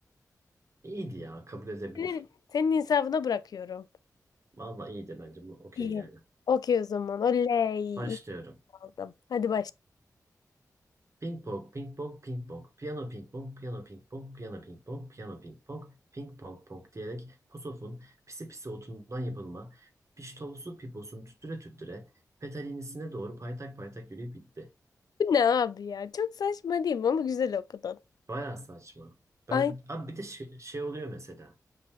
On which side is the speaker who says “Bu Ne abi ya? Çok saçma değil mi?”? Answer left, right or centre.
Left